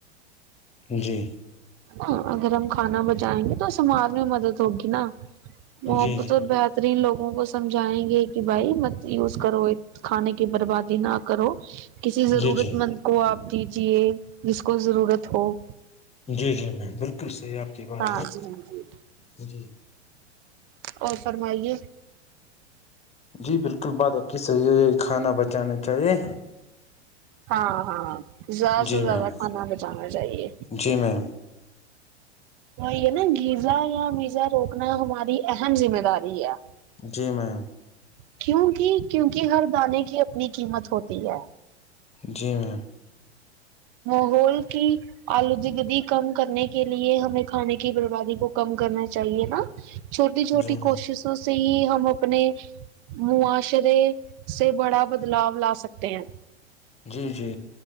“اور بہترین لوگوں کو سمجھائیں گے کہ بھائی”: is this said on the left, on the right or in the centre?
Right